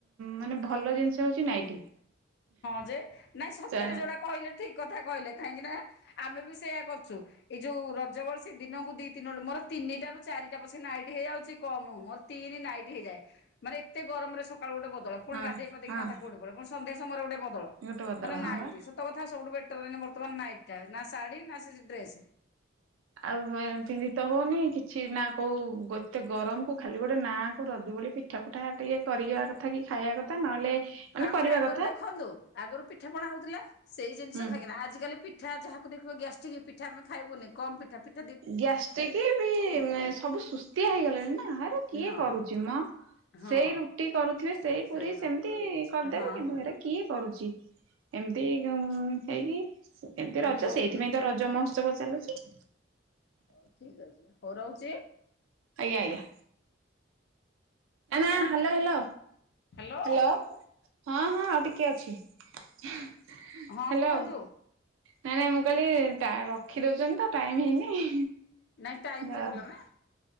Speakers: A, on the right; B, on the left.
A: ମାନେ ଭଲ ଜିନିଷ ହଉଚି ନାଇଟି।
B: ହଁ ଯେ ନାଇଁ ସତରେ
A: ଚା
B: ଯୋଟା କହିଲେ ଠିକ କଥା କହିଲେ। କାହିଁକି ନା ଆମେ ବି ସେଇଆ କରୁଚୁ। ଏଇ ଯୋଉ ରଜ ଗଳ ସେ ଦିନକୁ ଦି ତିନ ବେଳ ମୋର ତିନିଟ ରୁ ଚାରିଟା ପଛେ ନାଇଟ୍ ହେଇଯାଉଛି କମ ମୋର ତିନ ନାଇଟ ହେଇଯାଏ ମାନେ ଏତେ ଗରମରେ ସକାଳୁ ଗୋଟେ ବଦଳ। ପୁଣି
A: ହଁ
B: ଗାଧେଇ ପାଧେଇକି
A: ହଁ
B: ତାକୁ <inaudible> ପୁଣି ସନ୍ଧ୍ୟା ସମୟରେ ଗୋଟେ ବଦଳ
A: ଗୋଟେ ବଦଳ
B: ମାନେ
A: ହଁ
B: ନାଇଟ।
A: ବା
B: ସତ କଥା ସବୁଠୁ ବେଟର ଏଇନା ବର୍ତ୍ତମାନ ନାଇଟଟା ନା ଶାଢୀ ନା ସେ ଡ୍ରେସ।
A: ଆଉ ପତିନ୍ଧି ତ ହଉନି କିଛି ନା କୋଉ ଗତେ ଗରମ କୁ ଖାଲି ଗୋଟେ ନା କ ରଜ ବୋଲି ପି ପିଠା ପୁଠା ଟିକେ କରିିବା କଥା କି ଖାଇବା କଥା। ନହେଲେ ମାନେ
B: ତାପରେ
A: କରିବା
B: ଆଗରୁ
A: କଥା
B: ଦେଖନ୍ତୁ ଆଗରୁ ପିଠା ପଣା ହଉଥିଲା ସେଇ ଜିନିଷ
A: ହୁଁ।
B: ଖାଇକିନା ଆଜିକାଲି ପିଠା ଯାହା ଦେଖିବ ଗ୍ୟାସଟିକ ପିଠା ଆମେ ଖାଇବୁବି କମ୍ ପିଠା ପି
A: ଗ୍ୟାଷ୍ଟ୍ରିକ ବି ସବୁ ସୁସ୍ତିଆ ହେଇଗଲେଣି ନା। ହେରା କିଏ
B: ହଁ
A: କରୁଚି ମ?
B: ହଁ
A: ସେଇ ରୁଟି କରୁଥିବେ ସେଇ ପୁରୀ
B: ସେ
A: ସେମିତି
B: ରୁଟି
A: କରିଦେବେ
B: ହଁ
A: କିନ୍ତୁ
B: ହଁ
A: ଏରେ କି କରୁଚି? ଏମିତି ଗ ଉମ ହେଇକି ଏମତି ରଜ
B: ହଉ
A: ସେଇଥିପାଇଁ ତ ରଜ ମହୋତ୍ସବ ଚାଲୁଚି।
B: ହ ଠିକ ଅଛି ହଉ ରହୁଚି।
A: ଆଜ୍ଞା ଆଜ୍ଞା। ଏନା ହାଲୋ ହାଲୋ
B: ହ୍ୟାଲୋ
A: ହାଲୋ। ହଁ ହଁ ଆଉ ଟିକେ ଅଛି ହାଲୋ।
B: ହଁ କୁହନ୍ତୁ
A: ନାଇଁ ନାଇଁ ମୁଁ କାଲି ଟା ରଖିଦଉଚନ୍ତି ତ ଟାଇମ ହେଇନି।
B: ନାଇଁ ଟାଇମ
A: ନାଇଁ
B: ହେଇଗଲା ନା।